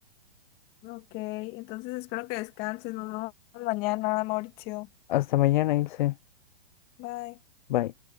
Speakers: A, on the left; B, on the left.
A: Ok, entonces espero que descanses. Nos vemos mañana, Mauricio.
B: Hasta mañana, Ilse.
A: Bye.
B: Bye.